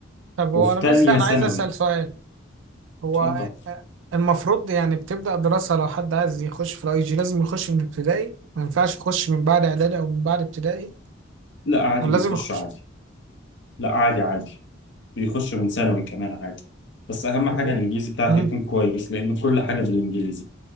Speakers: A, on the right; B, on the left.
A: طب هو
B: وفي
A: انا
B: تانية
A: بس انا
B: ثانوي
A: عايز اسال سؤال هو
B: اتفضل
A: المفروض يعني بتبدا دراسه لو حد عايز يخش في الاي جي لازم يخش من ابتدائي ما ينفعش يخش من بعد اعدادي او من بعد ابتدائي
B: لا عادي
A: ولازم
B: بيخش
A: يخش
B: عادي لا عادي عادي بيخش من ثانوي كمان عادي بس اهم حاجه
A: و-
B: الانجليزي بتاعك
A: امم
B: يكون كويس لان كل حاجه بالانجليزي